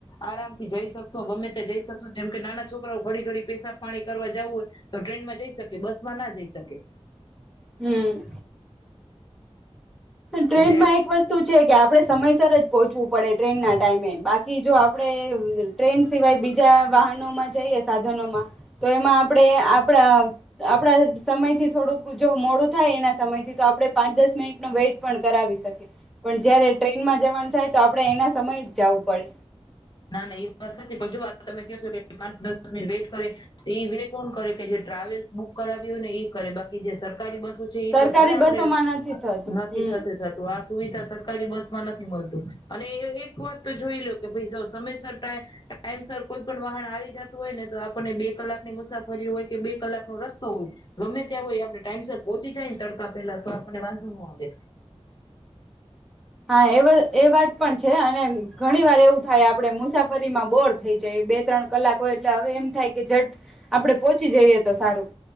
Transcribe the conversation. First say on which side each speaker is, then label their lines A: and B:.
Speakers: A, on the left; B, in the centre.
A: આરામ થી જઈ શક શો ગમે તે જઈ શકશો જેમ કે નાના છોકરાઓ ઘડી ઘડી પેશાબ પાણી કરવા જવું હોય તો ટ્રેનમાં જઈ શકે બસ માં ના જઈ શકે.
B: હમ્મ. ટ્રેન
A: એટલે
B: માં એક વસ્તુ છે કે આપડે સમય સર જ પહોંચવું પડે ટ્રેનના ટાઈમે બાકી જો આપણે ટ્રેન સિવાય બીજા વાહનોમાં જઈએ સાધનોમાં તો એમાં આપણે આપણા આપણા સમયથી થોડુંક જો મોડું થાય એના સમયથી તો આપડણે પાંચ દસ મિનિટનો વેઇટ પણ કરાવી શકે પણ જ્યારે ટે... થાય તો આપડે એના સમય જ જાવું પડે.
A: ના ના એ વાત સાચી પણ જો તમે કે છો કે પાંચ દસ મિનિટ વેટ કરે તો ઈ વે કોણ કરે કે જે ટ્રાવેલ્સ બુક કરાવી હોય ને ઈ કરે બાકી જે સર કારી બસુ છે ઈ
B: સરકારી
A: તો ભલે આપડે
B: બસોમાં
A: નથી
B: થતું હમ
A: થત થતું. સુવિધા સરકારી બસ માં નથી મલતું અને એક વાત તો જોઈ લો કે ભઈ જો સમયસર ટાઇ ટાઈમસર કોઈ પણ વાહન આવી જાતું હોય ને તો આપણને બે કલાકની મુસાફરી હોય કે બે કલાકનો રસ્તો હોય ગમે ત્યાં હોય આપણે ટાઈમસર પહોંચી જાયને તડકા પેલા તો આપણને વાંધો ન આવે.
B: હા એ વાત એ વાત પણ છે અને ઘણી વાર એવું થાય આપડે મુસાફરીમાં બોર થઈ જાય બે ત્રણ કલાક હોય એટલે હવે એમ થાય કે જટ આપડે પોહોંચી જઈએ તો સારું.